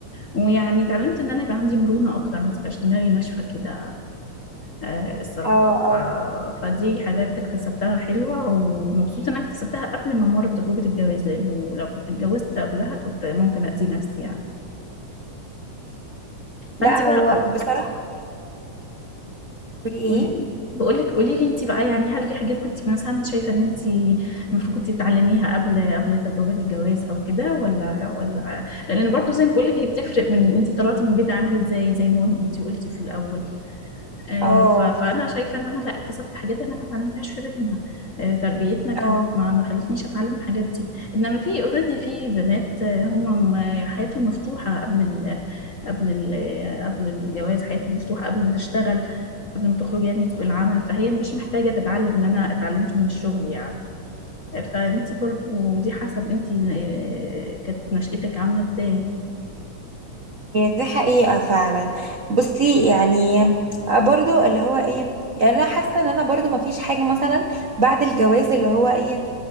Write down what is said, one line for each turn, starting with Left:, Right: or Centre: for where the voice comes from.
Left: ويعني اتعلمت إن أنا يبقى عندي مرونة أكتر ما تبقاش دماغي ناشفة كده آه، الصراحة
Right: اه
Left: ف...
Right: اه
Left: فدي حاجات اكتسبتها حلوة ومبسوطة إن أنا اكتسبتها قبل ما أمر بتجربة الجواز لأنه لو كنت اتجوزت قبلها كنت ممكن أذي نفسي يعني
Right: لا
Left: فأنت بقى
Right: هو بصراحه بتقولي ايه
Left: قولي بقولك قولي لي انت بقى يعني هل في حاجات كنت مثلا شايفه ان انت المفروض كنت تتعلميها قبل قبل تجربه الجواز او كده ولا ولا لان برضو زي ما بقولك هي بتفرق من انت طلعتي من البيت عامل ازاي زي ما انت قلتي في الاول آه،
Right: اه
Left: ف- فانا شايفه ان انا لا اكتسبت حاجات انا ما اتعلمتهاش في بيتنا آه، تربيتنا كانت
Right: اه
Left: ما ما خلتنيش اتعلم الحاجات دي انما في اوريدي في بنات آه، هم م- حياتهم مفتوحه قبل ال قبل ال قبل الجواز حياتهم مفتوحه قبل ما تشتغل قبل ما تخرج يعني سوق العمل فهي مش محتاجه تتعلم اللي انا اتعلمته من الشغل يعني آه، فانتي برضو دي حسب انتي آه، كانت نشأتك عامله ازاي
Right: هي دي حقيقة فعلا بصي يعني آه، برضو اللي هو ايه يعني انا حاسة ان انا برضو مفيش حاجة مثلا بعد الجواز اللي هو ايه